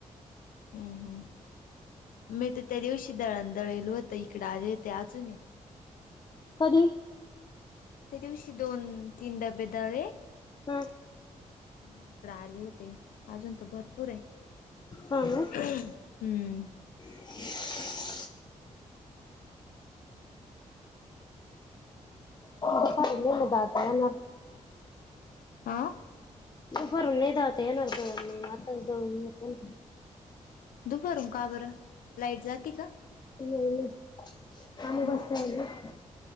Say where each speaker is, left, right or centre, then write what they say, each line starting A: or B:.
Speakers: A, on the left (about 85°); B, on the left (about 30°).
A: हम्म, हम्म. मी तर त्या दिवशी दळण दळीलो होत आता इकडे आले ते अजून आहे.
B: कधी?
A: त्या दिवशी दोन, तीन डबे दळले.
B: हम्म.
A: मी इकडे आले होते अजून तर भरपूर आहे.
B: हा ना?
A: हम्म.
B: <inaudible> पाहिले ना दाता येणार
A: हा
B: भरून नाही दळता येणार दळण मग आताच दळून नेतो‌ ना.
A: दुपारहून का बरं, लाईट जाती का?
B: नाही ना काम
A: मग
B: <inaudible>